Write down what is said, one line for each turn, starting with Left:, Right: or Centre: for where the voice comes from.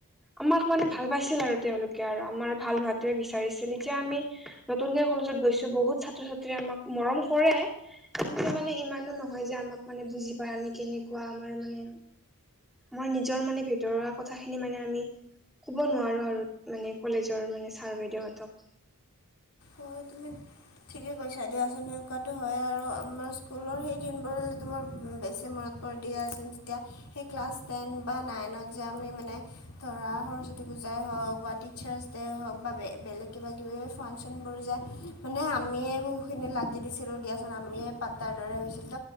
Centre: আমাক মানে ভাল পাইছিল আৰু তেওঁলোকে আৰু আমাৰ ভাল হোৱাতোৱে বিচাৰিছিল এতিয়া আমি নতুনকে কলেজত গৈছো বহুত ছাত্ৰ ছাত্ৰী আমাক মৰম কৰে কিন্তু মানে ইমানো নহয় যে আমাক মানে বুজি পায় আমি কেনেকুৱা আমাৰ মানে আমাৰ নিজৰ মানে ভিতৰুৱা কথাখিনি মানে আমি ক'ব নোৱাৰোঁ আৰু মানে কলেজৰ মানে ছাৰ বাইদেউহঁতক
Left: অ তুমি ঠিকেই কৈছা দিয়াচোন সেনেকুৱাতো হয় আৰু আমাৰ স্কুলৰ সেই দিনবোৰলৈ তোমাৰ বেছি মনত সেই ক্লাছ টেন বা নাইনত যে আমি মানে ধৰা সৰস্বতী পূজাই হওক বা টিচাৰ্চ ডে হওক বা বেলেগ কিবা কিবি ফাংচন যে মানে আমিয়ে বহুখিনি লাগি দিছিলো দিয়াচোন আমিয়ে পাতাৰ দৰে হৈছিল ত